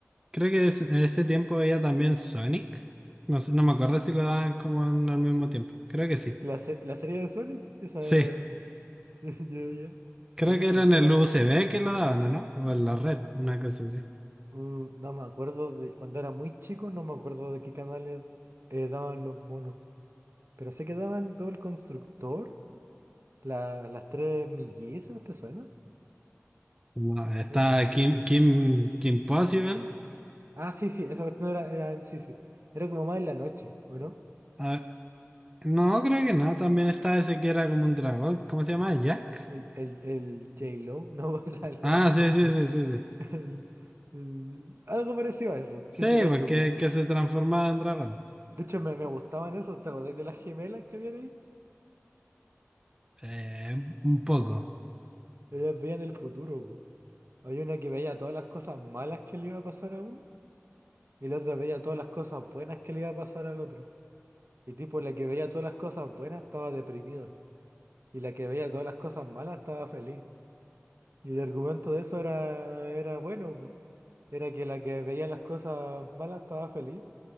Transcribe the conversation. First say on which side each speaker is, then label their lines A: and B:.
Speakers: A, on the right; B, on the right.
A: Creo que es- en ese tiempo veía también Sonic. No sé, no me acuerdo si lo daban como en- al mismo tiempo. Creo que sí.
B: ¿La, se- la serie de Sonic? Esa.
A: Sí,
B: <laughs> Yo, ya.
A: creo
B: Yo creo
A: que
B: que
A: era
B: nunca
A: en el
B: la
A: USB
B: vi.
A: que lo daban, ¿o no? O en la red, una cosa así.
B: Uh, no me acuerdo de cuando era muy chico, no me acuerdo de qué canales eh, daban los monos. Pero sé que daban todo el constructor, la- las tres mellizas, ¿te suena?
A: No, está
B: Eh,
A: Kim, Kim, Kim Possible.
B: ah, sí, sí, esa cuestión era, era, sí, sí. Era como más en la noche, ¿o no?
A: Ah, no, creo que no. También está ese que era como un dragón. ¿Cómo se llama? ¿Jack?
B: El, el, el J-Lo, no, <laughs> o sea,
A: Ah,
B: la cantante.
A: sí, sí, sí, sí, sí.
B: el- el- algo parecido a eso,
A: Sí,
B: si te cacho,
A: porque
B: po.
A: que se transformaba en dragón.
B: De hecho, me, me gustaban eso, ¿te acordás de las gemelas que habían ahí?
A: Eh, un poco.
B: Ellas veían el futuro, po. Había una que veía todas las cosas malas que le iba a pasar a uno. Y el otro veía todas las cosas buenas que le iba a pasar al otro. Y tipo, la que veía todas las cosas buenas estaba deprimida. Y la que veía todas las cosas malas estaba feliz. Y el argumento de eso era, era bueno. pu. Era que la que veía las cosas malas estaba feliz.